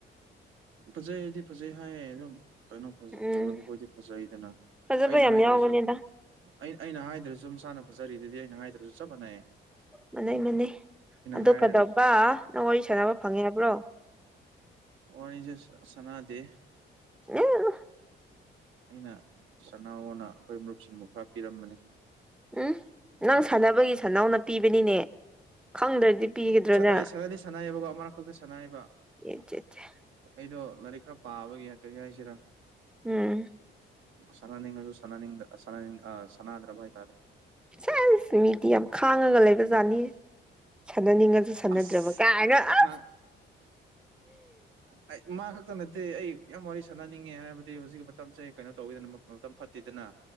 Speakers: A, on the right; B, in the centre.
A: ꯐꯖꯩꯗꯤ ꯐꯖꯩ ꯍꯥꯏꯌꯦ ꯑꯗꯨꯝ ꯀꯩꯅꯣ
B: ꯎꯝ
A: ꯐꯖꯕꯈꯣꯏꯗꯤ ꯐꯖꯩꯗꯅ
B: ꯐꯖꯕ
A: ꯑꯩꯅ
B: ꯌꯥꯝ
A: ꯍꯥꯏꯗ꯭ꯔꯁꯨ
B: ꯌꯥꯎꯕꯅꯦꯗ
A: ꯑꯩꯅ ꯑꯩꯅ ꯍꯥꯏꯗ꯭ꯔꯁꯨ ꯃꯁꯥꯅ ꯐꯖꯔꯤ ꯑꯗꯨꯗꯤ ꯑꯩꯅ ꯍꯥꯏꯗ꯭ꯔꯁꯨ ꯆꯠ ꯃꯅꯦꯩꯌꯦ
B: ꯃꯅꯩ ꯃꯅꯩ ꯑꯗꯨ
A: ꯍꯥꯏꯔꯒ
B: ꯀꯗꯧꯕ ꯅꯪ ꯋꯥꯔꯤ ꯁꯥꯟꯅꯕ ꯐꯪꯉꯦꯍꯥꯏꯕ꯭ꯔꯣ꯫
A: ꯋꯥꯔꯤꯅꯤꯁꯦ ꯁꯅꯥꯗꯦ
B: ꯑꯦ
A: ꯑꯩꯅ ꯁꯅꯥꯍꯣꯅ ꯑꯩꯈꯣꯏ ꯃꯔꯨꯞꯁꯤꯡꯕꯨ ꯈꯔ ꯄꯤꯔꯝꯕꯅꯤ
B: ꯎꯝ ꯅꯪ ꯁꯥꯟꯅꯕꯒꯤ ꯁꯥꯟꯅꯥꯎꯅ ꯄꯤꯕꯅꯤꯅꯦ ꯈꯪꯗ꯭ꯔꯗꯤ ꯄꯤꯒꯗ꯭ꯔꯣꯅ
A: ꯑꯩ ꯁꯥꯟꯅꯗꯤ ꯁꯥꯟꯅꯩꯑꯕꯀꯣ ꯃꯔꯛ ꯈꯛꯇ ꯁꯥꯟꯅꯩꯕ
B: ꯑꯦ ꯆꯦ ꯆꯦ
A: ꯑꯩꯗꯣ ꯂꯥꯏꯔꯤꯛ ꯈꯔ ꯄꯥꯕꯒꯦ ꯀꯔꯤ ꯍꯥꯏꯁꯤꯔꯥ
B: ꯎꯝ
A: ꯁꯅꯥꯅꯤꯡꯉꯁꯨ ꯁꯥꯟꯅꯤꯡꯗ꯭ꯔ ꯑ ꯁꯥꯟꯅꯤꯡ ꯑꯥ ꯁꯥꯟꯅꯗ꯭ꯔꯥꯕ ꯍꯥꯏꯇꯥꯔꯦ꯫
B: ꯁꯦꯁ ꯃꯤꯗꯤ ꯌꯥꯝ ꯈꯥꯡꯉꯒ ꯂꯩꯕꯖꯥꯠꯅꯤ ꯁꯥꯟꯅꯅꯤꯡꯉꯁꯨ ꯁꯥꯟꯅꯗ꯭ꯔꯕ
A: ꯑꯁ
B: ꯀꯥꯏꯅ
A: ꯈꯥ
B: ꯑ
A: ꯑꯩ ꯃꯥ ꯈꯛꯇ ꯅꯠꯇꯦ ꯑꯩ ꯌꯥꯝ ꯋꯥꯔꯤ ꯁꯥꯟꯅꯅꯤꯡꯉꯦ ꯍꯥꯏꯕꯗꯤ ꯍꯧꯖꯤꯛꯀꯤ ꯃꯇꯝꯁꯦ ꯀꯩꯅꯣ ꯇꯧꯋꯤꯗꯅ ꯃꯇꯝ ꯐꯠꯇꯦꯗꯅ